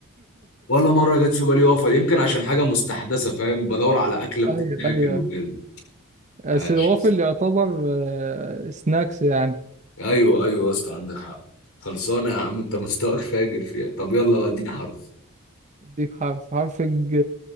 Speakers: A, on the left; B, on the right.
A: ولا مره جت في بالي وافل يمكن عشان حاجه مستحدثه فاهم بدور على اكله بتتاكل
B: أيوه أيوه
A: وكده
B: بس
A: عاش
B: الوافل يعتبر آه، سناكس يعني
A: ايوه ايوه يا اسطى عندك حق خلصانه يا عم انت مستواك فاجر فيها طب يلا بقى اديني حرف
B: أديك حرف حرف الج